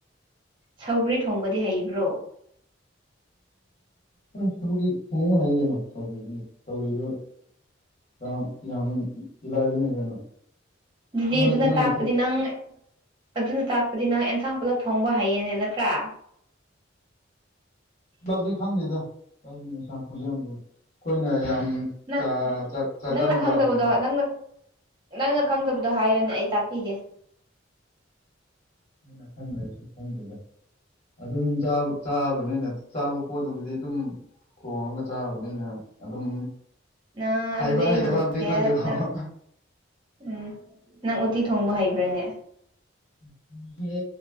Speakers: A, on the right; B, on the left.
A: ꯁꯧꯒ꯭ꯔꯤ ꯊꯣꯡꯕꯗꯤ ꯍꯩꯕ꯭ꯔꯣ
B: ꯎꯝ ꯁꯧꯒ꯭ꯔꯤ ꯊꯣꯡꯕ ꯍꯩꯌꯦ ꯀꯩꯅꯣ ꯁꯧꯒ꯭ꯔꯤꯗꯤ ꯁꯧꯒ꯭ꯔꯤꯗꯨ ꯌꯥꯝ ꯌꯥꯝ ꯏꯂꯥꯏꯕꯅꯦ ꯀꯩꯅꯣ
A: ꯑꯗꯨꯗꯤ
B: ꯅꯣꯏ
A: ꯑꯗꯨꯅ
B: ꯅꯣꯏꯅ
A: ꯇꯥꯛꯄꯗꯤ
B: ꯊꯣꯛ
A: ꯅꯪ ꯑꯗꯨꯅ ꯇꯥꯛꯄꯗꯤ ꯅꯪ ꯑꯦꯟꯁꯥꯡ ꯄꯨꯂꯞ ꯊꯣꯡꯕ ꯍꯩꯌꯦꯅꯦ ꯅꯠꯇ꯭ꯔꯥ
B: <unintelligible> ꯈꯪꯗꯦꯗ <unintelligible> ꯏꯟꯁꯥꯡ ꯈꯨꯌꯥꯝꯗꯨꯒ ꯈꯣꯏꯅ ꯌꯥꯝ
A: ꯅ
B: ꯆꯥ ꯆꯥ ꯆꯥꯒꯟꯕꯒꯨꯝꯕ
A: ꯅꯪ ꯈꯪꯗꯕꯗꯣ ꯅꯪꯅ ꯅꯪꯅ ꯈꯪꯗꯕꯗꯣ ꯍꯥꯏꯌꯣꯅꯦ ꯑꯩ ꯇꯥꯛꯄꯤꯒꯦ
B: ꯑꯩꯅ ꯈꯪꯗꯔꯁꯨ ꯈꯪꯗꯦꯗ ꯑꯗꯨꯝ ꯆꯥꯕ ꯆꯥꯕꯅꯤꯅ ꯆꯥꯕ ꯄꯣꯠꯇꯨꯕꯨꯗꯤ ꯑꯗꯨꯝ ꯊꯣꯡꯔꯒ ꯆꯥꯕꯅꯤꯅ ꯑꯗꯨꯝ
A: ꯅꯪ ꯑꯗꯨꯗꯤ
B: ꯍꯩꯕ
A: ꯑꯩ
B: ꯍꯩꯇꯕ
A: ꯍꯪꯉꯛꯀꯦ
B: ꯕꯨꯗꯤ ꯈꯪꯗꯦꯀꯣ
A: ꯅꯪ
B: <unintelligible>
A: ꯎꯝ ꯅꯪ ꯎꯇꯤ ꯊꯣꯡꯕ ꯍꯩꯕ꯭ꯔꯥꯅꯦ
B: <unintelligible> ꯁꯦ